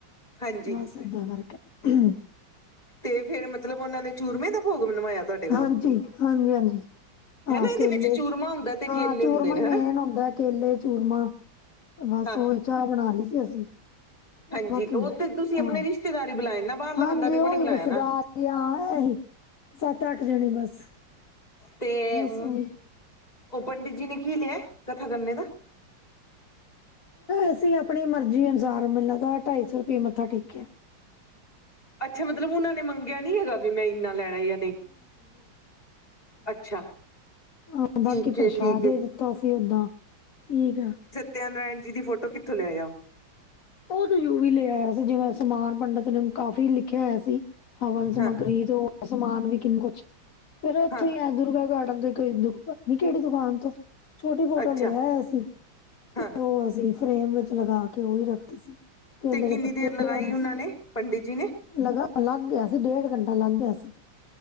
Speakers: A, on the left; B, on the left.
A: ਹਾਂਜੀ
B: ਬਸ ਏਦਾਂ ਕਰਕੇ, ਹੁ ਹ
A: ਤੇ ਫੇਰ ਮਤਲਬ, ਉਹਨਾ ਨੇ ਚੂਰਮੇ ਦਾ ਭੋਗ ਬਣਵਾਇਆ ਤੁਹਾਡੇ ਕੋਲੋਂ
B: ਹਾਂਜੀ, ਹਾਂਜੀ-ਹਾਂਜੀ। ਆ
A: ਹਨਾ ਇਹਦੇ
B: ਕੇਲੇ,
A: ਵਿੱਚ ਚੂਰਮਾ ਹੁੰਦਾ ਤੇ
B: ਆ
A: ਕੇਲੇ
B: ਚੂੂਰਮਾ
A: ਹੁੰਦੇ ਨੇ
B: ਹੀ ਮੇਨ
A: ਹਨਾ
B: ਹੁੰਦਾ ਕੇਲੇ ਚੂਰਮਾ। ਤੇ ਬਸ
A: ਹਾਂ
B: ਉਹੀ ਚਾਹ ਬਣਾ ਲਈ ਸੀ ਅਸੀਂ
A: ਹਾਂਜੀ
B: ਬਾਕੀ
A: ਉਹ ਤੇ ਤੁਸੀਂ
B: ਹਾਂ
A: ਆਪਣੇ ਰਿਸ਼ਤੇਦਾਰੀ ਬੁਲਾਏ ਨਾ ਬਾਹਰਲਾ
B: ਹਾਂਜੀ
A: ਬੰਦਾ ਤੇ ਕੋਈ
B: ਉਹੀ
A: ਨੀ ਬੁਲਾਇਆ
B: ਰਿਸ਼ਤੇਦਾਰ
A: ਨਾ
B: ਹ ਐ ਹੀ ਸੱਤ ਅੱਠ ਜਣੇ ਬਸ
A: ਤੇ
B: ਬਸ
A: ਉਹ
B: ਉਹੀ
A: ਪੰਡਿਤ ਜੀ ਨੇ ਕੀ ਲਿਆ ਕਥਾ ਕਰਨੇ ਦਾ
B: ਅਸੀਂ ਆਪਣੀ ਮਰਜ਼ੀ ਅਨੁਸਾਰ ਮੈਨੂੰ ਤਾਂ ਢਾਈ ਸੌ ਰੁਪਏ ਮੱਥਾ ਟੇਕਿਆ
A: ਅੱਛਾ ਮਤਲਬ ਉਹਨਾਂ ਨੇ ਮੰਗਿਆ ਨਹੀਂੀ ਹੈਗਾ ਵੀ ਮੈਂ ਇਨਾ ਲੈਣਾ ਜਾਂ ਨਹੀਂ ਅੱਛਾ
B: ਹਾਂ
A: ਠੀਕ
B: ਬਾਕੀ
A: ਏ
B: ਪ੍ਰਸ਼ਾਦ
A: ਠੀਕ
B: ਦੇ
A: ਏ
B: ਦਿੱਤਾ ਸੀ ਓਦਾਂ ਠੀਕ ਆ
A: ਸਤਿਆਨਾਰਇਣ ਜੀ ਦੀ ਫੋਟੋ ਕਿੱਥੋਂ ਲੈ ਆ
B: ਉਹ ਯੂ ਵੀ ਲਿਆ ਆਇਆ ਸੀ ਜਿਵੇਂ ਸਮਾਨ ਪੰਡਿਤ ਨੇ ਕਾਫ਼ੀ ਲਿਖਿਆ ਹੋਇਆ ਸੀ ਹਵਨ ਸਮੱਗਰੀ
A: ਹਾਂ
B: ਤੇ ਸਮਾਨ ਵੀ ਕਿੰਨ ਕੁਛ ਫੇਿਰ ਇੱਥੋਂ
A: ਹਾਂ
B: ਹੀ ਆ ਦੁਰਗਾ ਗਾਰਡਨ ਤੇ ਕੋਈੁਤਾ ਨ ਕਿਹੜੀ ਦੁਕਾਨ ਤੋਂ ਛੋਟੀ ਫੋਟੋ
A: ਅੱਛਾ
B: ਲਿਆਇਆ ਅ ਸੀ ਤੇ
A: ਹਾਂ
B: ਉਹ ਅਸੀਂ ਫਰੇਮ ਵਿੱਚ ਲਗਾ ਕੇ ਉਹੀ ਰੱਖ ਸੀ ਕੇਲੇ
A: ਤੇ ਕਿੰਨੀ
B: ਦੇ ਪਤੇ
A: ਦੇਰ ਲਗਾਈ
B: ਆਦੇ
A: ਉਹਨਾਂ
B: ਸੀ
A: ਨੇ ਪੰਡਿਤ ਜੀ ਨੇ
B: ਲ ਲੱਗ ਗਿਆ ਸੀ ਡੇਢ ਘੰਟਾ ਲੱਗ ਗਿਆ ਸੀ